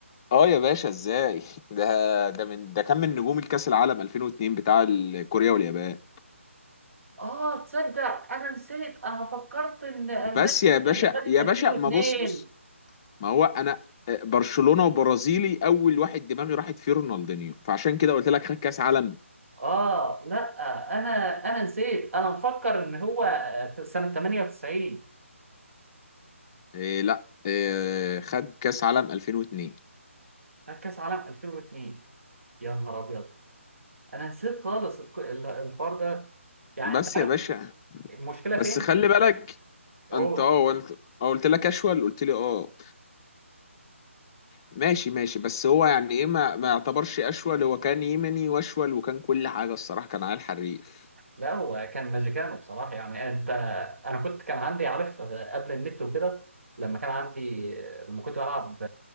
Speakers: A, on the left (about 20°); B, on the right (about 75°).
A: اه يا باشا ازاي <laughs> ده ده من ده كان من نجوم الكاس العالم 2002 بتاع ال- كوريا واليابان
B: اه تصدق انا نسيت انا فكرت ان البانيا
A: بس يا باشا
B: هي اللي خدت
A: يا
B: 2002
A: باشا ما بص بص ما هو انا آه، برشلونة وبرازيلي اول واحد دماغي راحت فيه رونالدينيو فعشان كده قلت لك خد كاس عالم
B: اه لا انا انا نسيت انا مفكر ان هو آه، سنة 98
A: إيه لا إيه خد كاس عالم 2002
B: خد كاس عالم 2002 يا نهار ابيض انا نسيت خالص الك- ال- الحوار ده يعني
A: بس
B: انت عارف
A: يا باشا
B: المشكلة
A: بس
B: فين؟
A: خلي بالك
B: هو
A: انت اه قلت اه قلت لك اشول قلت لي اه ماشي ماشي بس هو يعني ايه ما, ما يعتبرش اشول هو كان يمني واشول وكان كل حاجة الصراحة كان عيل حريف
B: لا هو كان ماجيكانو بصراحة يعني انت انا كنت كان عندي عارف قبل النت وكده لما كان عندي لما كنت بلعب